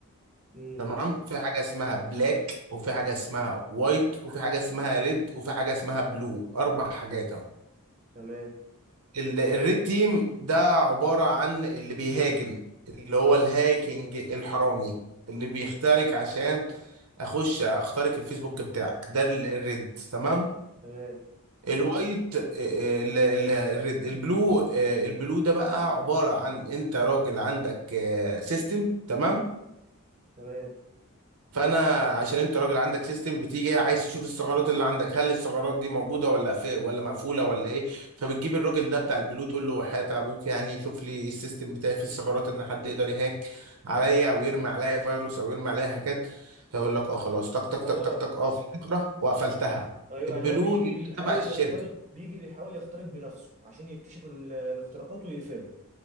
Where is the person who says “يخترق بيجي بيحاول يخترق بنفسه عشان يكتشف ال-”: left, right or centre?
Right